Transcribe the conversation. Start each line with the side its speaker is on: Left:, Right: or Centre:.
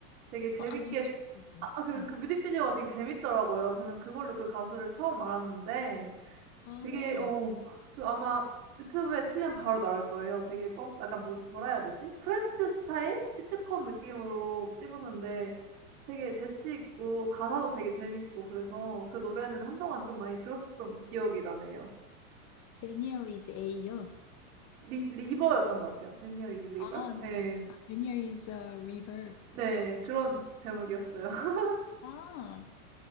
Right: 되게 재밌게
Left: 어, 아니요. 지금.
Right: 아 아, 그그
Left: 네.
Right: 뮤직비디오가 되게 재밌더라고요. 저는 그걸로 그 가수를 처음 알았는데
Left: 아,
Right: 되게 어 그 아마 유튜브에 치면 바로 나올 거예요. 되게 뻔 약간 뭐 뭐라 해야 되지? 프렌즈 스타일 시트콤 느낌으로 찍었는데 되게 재치 있고 가사도 되게 재밌고 그래서 그 노래는 한동안 좀 많이 들었었던 기억이 나네요.
Left: Daniel is A요.
Right: 리 리버였던 것 같아요. Daniel is River?
Left: 아,
Right: 네
Left: 이제 아, Daniel is a river.
Right: 네.
Left: 잠시.
Right: 그런 제목이었어요. <laughs>
Left: 아,